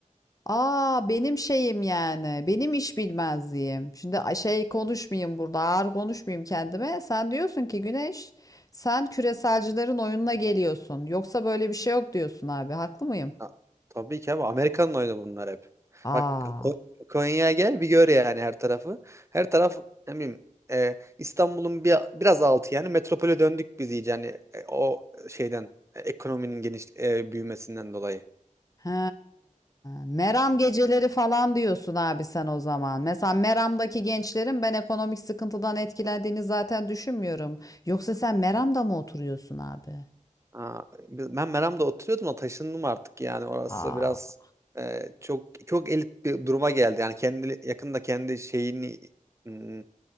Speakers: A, on the left; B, on the right.
A: Aa benim şeyim yani. Benim iş bilmezliğim. Şimdi a- şey konuşmayayım burada. Ağır konuşmayayım kendime. Sen diyorsun ki Güneş, sen küreselcilerin oyununa geliyorsun. Yoksa böyle bir şey yok diyorsun abi. Haklı mıyım?
B: Ha, Tabii ki abi Amerika'nın oyunu bunlar hep.
A: Aa.
B: Bak Ko- Konya'ya gel bir gör yani her tarafı. Her taraf ne bileyim e, İstanbul'un bir, biraz altı yani metropole döndük biz iyice yani e, o şeyden e, ekonominin geniş e, büyümesinden dolayı.
A: He. Meram geceleri falan diyorsun abi sen o zaman. Mesela Meram'daki gençlerin ben ekonomik sıkıntıdan etkilendiğini zaten düşünmüyorum. Yoksa sen Meram'da mı oturuyorsun abi?
B: Aa, biz- ben Meram'da oturuyordum da taşındım artık yani orası
A: Aa.
B: biraz e, çok çok elit bir duruma geldi. Yani kendi yakında kendi şeyini hmm,